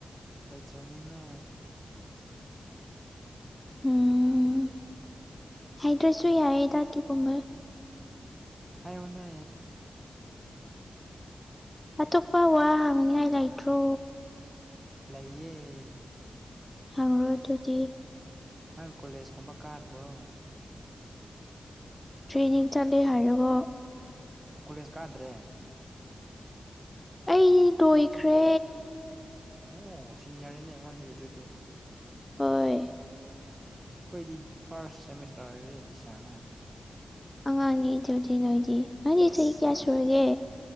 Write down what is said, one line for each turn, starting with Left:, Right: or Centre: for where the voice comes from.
Right: ꯀꯩ ꯇ꯭ꯔꯦꯅꯤꯡꯡꯅ
Left: ꯎꯝ ꯍꯥꯏꯗ꯭ꯔꯁꯨ ꯌꯥꯏꯌꯦꯗ ꯑꯗꯨꯒꯒꯨꯝꯕ
Right: ꯍꯥꯏ ꯃ <inaudible>
Left: ꯑꯇꯣꯞꯄ ꯋꯥ ꯍꯥꯡꯅꯤꯉꯥꯏ ꯂꯩꯇ꯭ꯔꯣ
Right: ꯂꯩꯌꯦ
Left: ꯍꯪꯔꯣ ꯊꯗꯤ
Right: ꯅꯪ ꯀꯣꯂꯦꯖꯀꯨꯝꯕ ꯀꯥꯟꯗ꯭ꯔꯣ
Left: ꯇ꯭ꯔꯦꯅꯤꯡ ꯆꯠꯂꯦ ꯍꯥꯏꯔꯒ
Right: ꯀꯣꯂꯦꯖ ꯀꯥꯗ꯭ꯔꯦ
Left: ꯑꯩ ꯅꯣꯏꯈ꯭ꯔꯦ
Right: ꯑꯣ ꯁꯤꯅꯤꯌꯔꯅꯤꯅꯦ ꯑꯩꯉꯣꯟꯗꯒꯤ ꯑꯗꯨꯗꯤ
Left: ꯍꯣꯏ
Right: ꯑꯩꯈꯣꯏꯗꯤ ꯐꯥꯔꯁ ꯁꯦꯃꯤꯁꯇꯔ ꯑꯣꯏꯔꯦꯗ ꯁꯤꯌꯥꯔꯅ
Left: ꯑꯉꯥꯡꯅꯤ ꯏꯗꯨꯧꯗꯤ ꯅꯣꯏꯗꯤ ꯅꯣꯏꯗꯤ
Right: ꯑꯁꯂ
Left: ꯆꯍꯤ ꯀꯌꯥ ꯁꯨꯔꯒꯦ